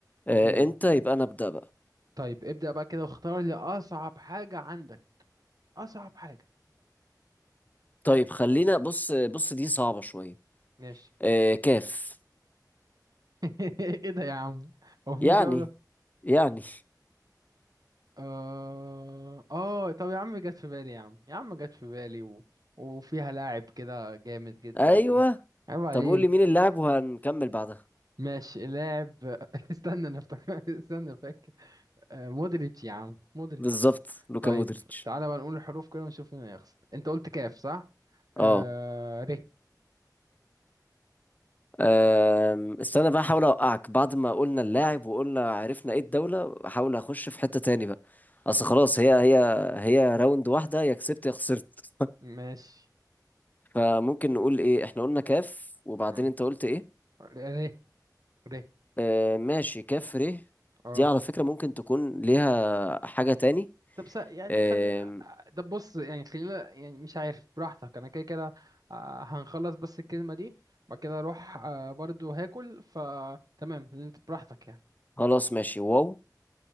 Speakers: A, on the left (about 25°); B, on the right (about 60°).
A: آه،
B: مين اللي
A: انت
B: بدأ
A: يبقى انا ابدأ بقى
B: طيب ابدأ بقى كده واختار لي اصعب حاجة عندك اصعب حاجة
A: طيب خلينا بص بص دي صعبة شوية
B: ماشي
A: آه، كاف
B: <laughs> ايه ده يا عم هو في
A: يعني
B: دولة
A: يعني
B: اه اه طب يا عم جت في بالي يا عم يا عم جت في بالي و... وفيها لاعب كده جامد جدا
A: ايوه
B: و... عيب عليك
A: طب قول لي مين اللاعب وهنكمل بعدها
B: ماشي لاعب <laughs> استنى انا افتكر <laughs> استنى فاكر آه، مودريتش يا عم مودريتش
A: بالظبط لوكا
B: طيب
A: مودريتش
B: تعالى بقى نقول الحروف كده ونشوف مين هيخسر انت قلت كاف صح؟ آه
A: اه
B: ري
A: أم، استنى بقى احاول اوقعك بعد ما قلنا اللاعب وقلنا عرفنا ايه الدولة احاول اخش في حتة تاني بقى اصل خلاص هي هي هي راوند واحدة يا كسبت يا خسرت
B: ماشي
A: فممكن نقول ايه احنا قلنا كاف وبعدين
B: اه
A: انت قلت ايه
B: ري ري
A: أه ماشي كاف ر
B: اه
A: دي على فكرة ممكن تكون ليها حاجة تاني
B: طب س... يعني
A: أم،
B: خلينا طب بص يعني خلينا يعني مش عارف براحتك انا كده كده آه، هنخلص بس الكلمة دي بعد كده اروح آه، برضو هاكل فتمام اللي انت براحتك يعني
A: خلاص ماشي واو